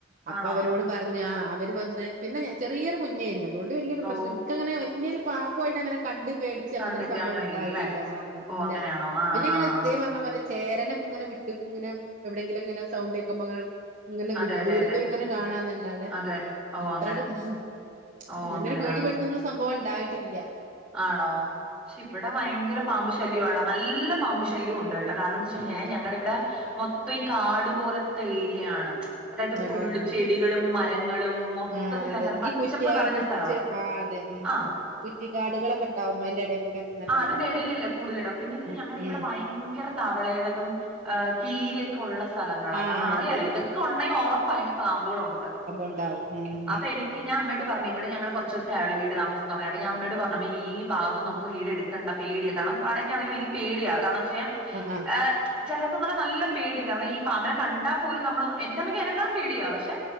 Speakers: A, on the right (about 40°); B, in the centre.
A: അപ്പൊ
B: ആണോ
A: അവരോട് പറഞ്ഞ് ആഹ് അവര് വന്ന് പിന്നെ ഞാ ചെറിയൊരു കുഞ്ഞേനിയത് അതുകൊണ്ട് വെല്യൊരു
B: ഓ
A: പ്രശ്നം ഇൻക്കങ്ങനെ വെല്യൊരു പാമ്പു ആയിട്ട്ങ്ങനെ കണ്ട് പേടി ച്ച് അങ്ങനത്തെ
B: കണ്ടിട്ട്
A: ഒരു സംഭവം
B: അങ്ങനെയല്ലേ
A: ഇണ്ടായിട്ടില്ല ആഹ്
B: ഓ
A: ഇല്ല
B: അങ്ങനെയാണോ ആ
A: പിന്നെ ഇങ്ങനെ
B: ആ
A: <unintelligible>
B: ആ
A: പറഞ്ഞ പോലെ ചേരെനൊക്കെ ഇങ്ങനെ വിട്ട് ഇങ്ങനെ എവിടെയങ്കിലും ഇങ്ങനെ സൗണ്ട് കേക്കുമോ ഇങ്ങനെ ഇങ്ങനെ
B: അതെ
A: വിട്ട്
B: അതെ
A: ദൂരത്തൂന്നിങ്ങനെ
B: അതെ
A: കാണാന്നല്ലാതെ
B: അതെ ഓ
A: അത്രയട്
B: അങ്ങനെ
A: ഇങ്ങനൊരു
B: ഓ അങ്ങനെ
A: പേടി
B: ആ
A: പേടിക്കൊണ്ടൊരു സംഭവം ഇണ്ടായിട്ടില്ല
B: ആണോ ക്ഷെ ഇവിടെ ഭയങ്കരം പാമ്പ് ശല്യം ആടാ നല്ല പാമ്പ് ശല്യം ഒണ്ട് കേട്ടോ കാരണന്ന് വെച്ച്
A: ആഹ്
B: കഴിഞ്ഞാൽ
A: ആഹ്
B: ഞങ്ങടെ ഇവിടെ മൊത്ത് ഇപ്പ ഈ കാടു പോലത്തെ ഏരിയാണ് അതായത് ഫുള്ളും
A: ആഹ്
B: ചെടികളും മരങ്ങളും മൊത്തത്തിൽ
A: ആഹ് അതെ
B: അങ്ങനെ പച്ചപ്പ്
A: ഈ കുറ്റി
B: നെറഞ്ഞ
A: ആ കുറ്റിച്ച്
B: സ്ഥലവാ
A: ആ അതെ ഉം
B: ആഹ്
A: കുറ്റിക്കാടുകളൊക്കെ ഇണ്ടാവുമ്പോ അതിന്റെ എടെ കൂടെ നല്ലോണം
B: ആ അതിന്റെ
A: ഇണ്ടാവല്ലോ
B: ഇടയിലല്ലേ കൂടുതലിടം പിന്നെ എന്തിനാ
A: ഉം
B: ഞങ്ങടെ ഇവിടെ
A: ഉം
B: ഭയങ്കര തവളേടെതും ആഹ് കീരിയെക്ക് ക്കെ ഒള്ള സ്ഥലങ്ങളാ
A: ആഹ്
B: കാരണം അറിയാലോ
A: അതെ അതെ
B: ഇതൊക്കെ ഒണ്ടെങ്കി ഒറപ്പായിട്ട് പാമ്പുകള് ഒണ്ട്
A: ഇണ്ടാവും ഉം
B: അപ്പ
A: ഉം
B: എനിക്ക് ഞാൻ അമ്മയോട് പറഞ്ഞു ഇവടെ ഞങ്ങള് കൊറച്ച് ദിവസെ ആയുള്ളൂ വീട് താമസം തൊടങ്ങി അപ്പോ ഞാൻ അമ്മോട് പറ അമ്മേ ഈ ഭാഗത്ത് വീട് നമ്മക്ക് എടുക്കണ്ട പേടിയാ കാരണം വാടകയ്ക്കാണെങ്കിലും എനിക്ക് പേടിയാ എന്താ കാരണോന്ന് വെച്ച് കഴിഞ്ഞാ
A: ആഹ്
B: എ ചിലർക്കും നല്ല പേടിയാണ് കാരണം ഈാനെ കണ്ടാൽ പോലും നമ്മള് എന്റെമ്മയ്ക്ക് അനെക്കാളും പേടിയാ പക്ഷെ